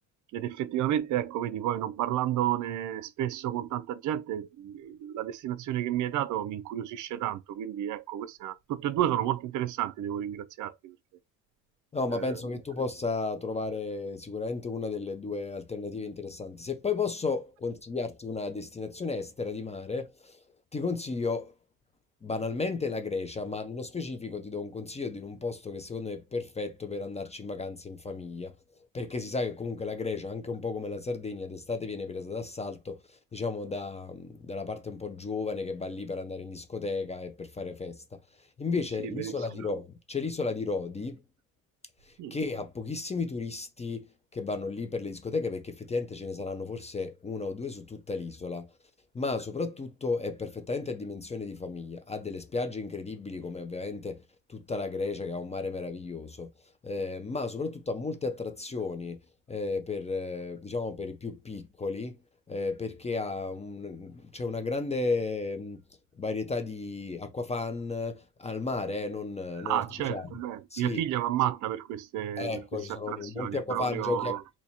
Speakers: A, on the right; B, on the left.
A: ed effettivamente, ecco, vedi, poi non parlandone spesso con tanta gente, la destinazione che mi hai dato mi incuriosisce tanto, quindi ecco, queste, tutte e due sono molto interessanti, devo ringraziarti perché...
B: No, ma
A: ehm,
B: penso che tu possa trovare sicuramente una delle due alternative interessanti. Se poi posso consigliarti una destinazione estera di mare, ti consiglio banalmente la Grecia, ma nello specifico ti do un consiglio di un posto che secondo me è perfetto per andarci in vacanza in famiglia, perché si sa che comunque la Grecia, anche un po' come la Sardegna, d'estate viene presa d'assalto, diciamo, da- dalla parte un po' giovane che va lì per andare in discoteca e per fare festa. Invece
A: Sì,
B: l'isola
A: verissimo.
B: di Rodi, c'è l'isola di Rodi
A: Mm.
B: che ha pochissimi turisti che vanno lì per le discoteche perché effettivamente ce ne saranno forse una o due su tutta l'isola, ma soprattutto è perfettamente a dimensione di famiglia, ha delle spiagge incredibili come ovviamente tutta la Grecia che ha un mare meraviglioso, eh, ma soprattutto ha molte attrazioni eh, per, eh, diciamo, per i più piccoli eh, perché ha un- c'è una grande mh, varietà di acquafan, al mare, eh, non, non
A: Ah,
B: artificiali.
A: certo, beh,
B: Sì,
A: mia figlia va matta per queste,
B: ecco,
A: per queste
B: ci sono
A: attrazioni,
B: molti acquafan,
A: è proprio
B: giochi a-